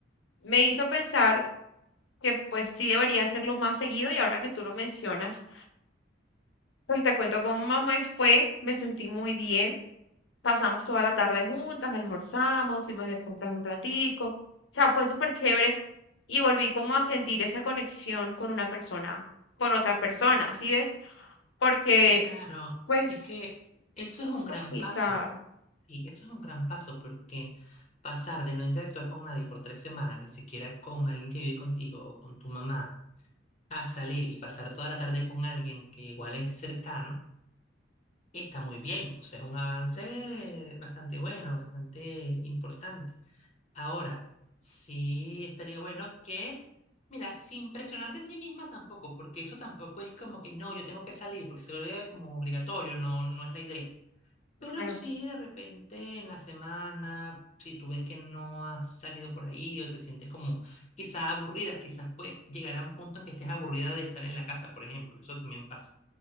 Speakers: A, on the left; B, on the left.
A: me hizo pensar que pues sí debería hacerlo más seguido y ahora que tú lo mencionas, pues te cuento cómo me fue, me sentí muy bien. Pasamos toda la tarde juntas, almorzamos, fuimos de compras un ratico. O sea, fue súper chévere y volví como a sentir esa conexión con una persona, con otra persona, ¿sí ves? Porque,
B: Claro,
A: pues,
B: es que eso es
A: es
B: un
A: complicado.
B: gran paso, sí, eso es un gran paso porque pasar de no interactuar con nadie por tres semanas, ni siquiera con alguien que vive contigo o con tu mamá, a salir y pasar toda la tarde con alguien que igual es cercano, Y está muy bien, o sea, es un avance bastante bueno, bastante importante. Ahora, sí estaría bueno que, mira, sin presionarte a ti misma tampoco, porque eso tampoco es como que no, yo tengo que salir, porque se vuelve como obligatorio, no, no es la idea. Pero
A: Claro.
B: sí, de repente en la semana, si tú ves que no has salido por ahí o te sientes como quizás aburrida, quizás puedes llegar a un punto en que estés aburrida de estar en la casa, por ejemplo, eso también pasa